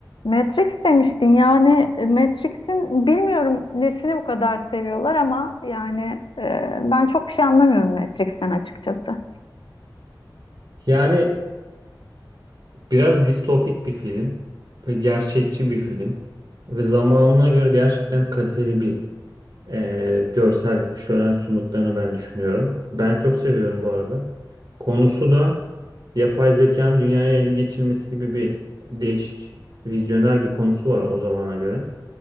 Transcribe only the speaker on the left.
Matrix demiştin yani e, Matrix'in bilmiyorum nesini bu kadar seviyorlar ama yani e, ben çok bir şey anlamıyorum Matrix'ten açıkçası.